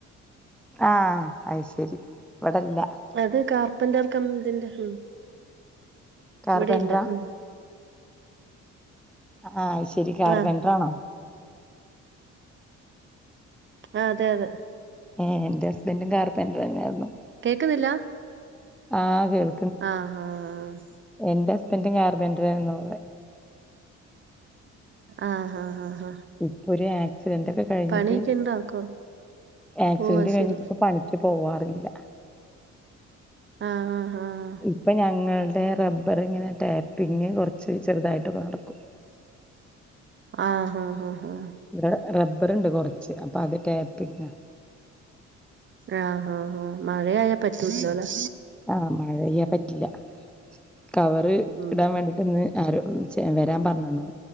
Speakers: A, in the centre; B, on the right (about 40°).
A: ആഹ് അയ്ശരി ഇവിടെല്ല
B: അത് കാർപ്പന്റർ കമ്പ് ഇതിന്റെ ഉം
A: കാർപെന്ററാ
B: ഇവിടെ ഇല്ല ഉം
A: ആഹ് അയ്ശരി കാർപെന്ററാണോ?
B: ആഹ് ആഹ് അതെ അതെ
A: ഏഹ് എന്റെ ഹസ്ബൻ്റും കാർപ്പെൻ്റെറെന്നെ ആയിരുന്നു
B: കേക്കുന്നില്ല
A: ആഹ് ഗൾ
B: ആഹ് ആഹ് ആഹ്
A: എന്റെ ഹസ്ബൻ്റും കാർപ്പെൻ്റെറായിരുന്നു <unintelligible>
B: ആഹ് ആഹ് ആഹ്
A: ഇപ്പൊ ഒരു ആക്സിഡന്റ് ഒക്കെ കഴിഞ്ഞിട്ട്
B: പണിയൊക്കെ ഉണ്ടോ കൊ
A: ആക്സിഡന്റ്
B: ഓ അത് ശരി
A: കഴിഞ്ഞിട്ട് ഇപ്പൊ പണി ക്ക് പോവാറില്ല
B: ആഹ് ആഹ് ആഹ്
A: ഇപ്പം ഞങ്ങൾടെ റബ്ബർ ഇങ്ങനെ ടാപ്പിങ് കൊറച്ച് ചെറുതായിട്ടൊക്കെ നടക്കും
B: ആഹ ആഹ് ആഹ്
A: ഇവിടെ റബ്ബറ്ണ്ട് കൊറച്ച് അപ്പൊ അത് ടാപ്പിങ്ങാ
B: ആഹ് ആഹ് ആഹ് മഴ ആയാ പറ്റൂലല്ലോ ല്ലേ
A: ആഹ് മഴ ആയ പറ്റില്ല കവറ്
B: ഉം
A: ഇടാൻ വേണ്ടിട്ടൊന്ന് ആരോ <unintelligible> വെരാൻ പറഞ്ഞണ്ണു